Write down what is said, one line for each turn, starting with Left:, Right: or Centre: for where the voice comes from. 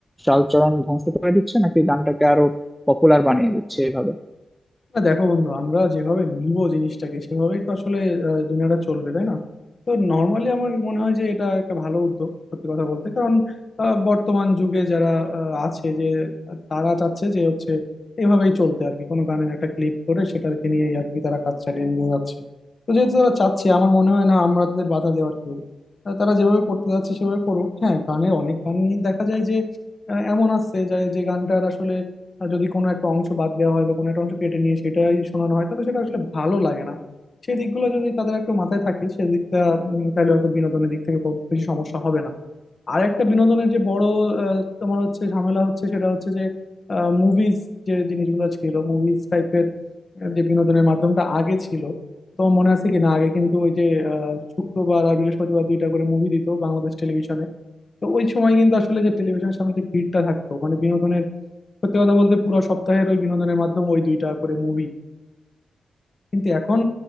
Centre: চালচরণ ধ্বংস করে দিচ্ছে নাকি গানটাকে আরো পপুলার বানিয়ে দিচ্ছে এভাবে
Left: না দেখো বন্ধু আমরা যেভাবে নিব জিনিসটাকে সেভাবেই তো আসলে আহ, দুনিয়াটা চলবে তাই না তো নর্মালি আমার মনে হয় যে এটা একটা ভালো উদ্যোগ সত্যি কথা বলতে কারণ আহ, বর্তমান যুগে যারা আহ, আছে যে আহ, তারা চাচ্ছে যে হচ্ছে এভাবেই চলতে আর কি কোনো গানের একটা ক্লিপ করে সেটাকে নিয়ে আর কি তারা কাজ চালিয়ে নিয়ে যাচ্ছে তো যেহেতু তারা চাচ্ছে আমার মনে হয় না আমরা তাদের বাধা দেওয়ার কেউ আহ, তারা যেভাবে করতে যাচ্ছে সেভাবে করুক হ্যাঁ গানে অনেক গান দেখা যায় যে আহ, এমন আছে যা- যে গানটার আসলে আর যদি কোনো একটা অংশ বাদ দেওয়া হয় বা কোনো একটা অংশ কেটে নিয়ে সেটাই শোনানো হয় তাহলে সেটা আসলে ভালো লাগে না সেই দিকগুলো যদি তাদের একটু মাথায় থাকে সেদিকটা উম, তাহলে হয়তো বিনোদনের দিক থেকে খুব বেশি সমস্যা হবে না আর একটা বিনোদনের যে বড় আহ, তোমার হচ্ছে ঝামেলা হচ্ছে সেটা হচ্ছে যে মুভিজ যে জিনিসগুলো ছিল মুভিজ টাইপের যে বিনোদনের মাধ্যমটা আগে ছিল তোমার মনে আছে কি না আগে কিন্তু ওই যে আহ, শুক্রবার আর বৃহস্পতিবার দুইটা করে মুভি দিত বাংলাদেশ টেলিভিশনে তো ওই সময় কিন্তু আসলে যে টেলিভিশনের সামনে যে ভিড়টা থাকতো মানে বিনোদনের সত্যি কথা বলতে পুরো সপ্তাহের ওই বিনোদনের মাধ্যম ওই দুইটা করে মুভি কিন্তু এখন